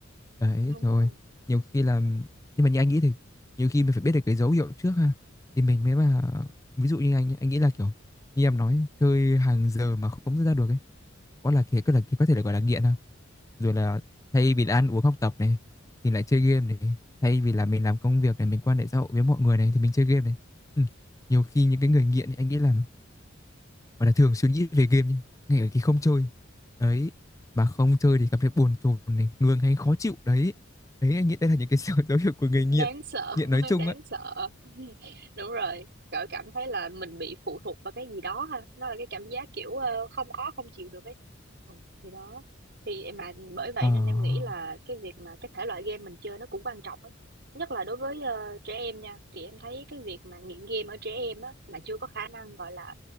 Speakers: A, on the left; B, on the right.
A: Đấy,
B: đúng
A: trời
B: rồi
A: ơi, nhiều khi là nhưng mà như anh nghĩ thì nhiều khi mình phải biết được cái dấu hiệu trước ha, thì mình mới mà ví dụ như anh ấy, anh nghĩ là, kiểu, như em nói, chơi hàng giờ mà không rút ra được ấy, có là cái có là cái có thể là, gọi là, nghiện ha rồi là thay vì là ăn uống học tập này thì lại chơi game này thay vì là mình làm công việc này mình quan hệ xã hội với mọi người này thì mình chơi game này ừ. nhiều khi những cái người nghiện ấy, anh nghĩ là gọi là thường suy nghĩ về game nhá ngay ở khi không chơi đấy mà không chơi thì cảm thấy bồn chồn này ngường hay khó chịu đấy đấy anh nghĩ đây là những cái <laughs> dấu dấu hiệu của người nghiện
B: đáng sợ
A: nghiện
B: <laughs>
A: nói chung
B: đáng
A: á
B: sợ <laughs> đúng rồi cỡ cảm thấy là mình bị phụ thuộc vào cái gì đó ha nó là cái cảm giác kiểu ờ, không có không chịu được ấy ừ, thì đó thì mà bởi vậy
A: ờ
B: nên em nghĩ là cái việc mà cái thể loại game mình chơi nó cũng quan trọng ấy nhất là đối với ờ, trẻ em nha thì em thấy cái việc mà nghiện game ở trẻ em á mà chưa có khả năng gọi là